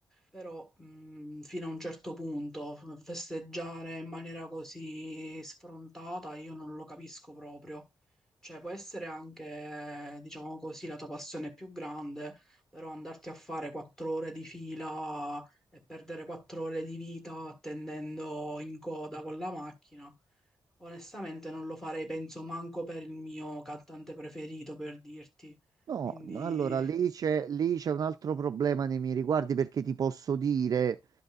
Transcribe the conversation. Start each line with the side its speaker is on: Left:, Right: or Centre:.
Centre: però mh, fino a un certo punto f- festeggiare in maniera così sfrontata io non lo capisco proprio. Cioè può essere anche, diciamo così, la tua passione più grande, però andarti a fare quattro ore di fila e perdere quattro ore di vita attendendo in coda con la macchina, onestamente non lo farei, penso, manco per il mio cantante preferito, per dirti.
Right: No,
Centre: Quindi...
Right: no, allora lì c'è lì c'è un altro problema nei miei riguardi perché ti posso dire